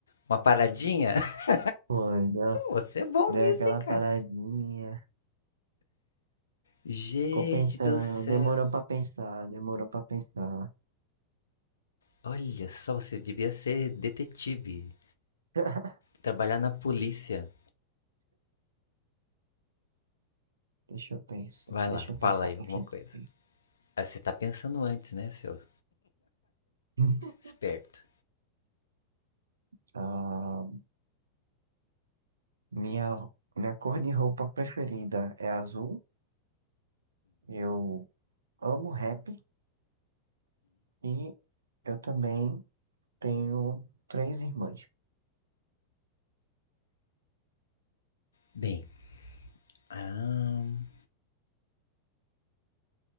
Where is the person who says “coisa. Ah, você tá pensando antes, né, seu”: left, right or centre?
Left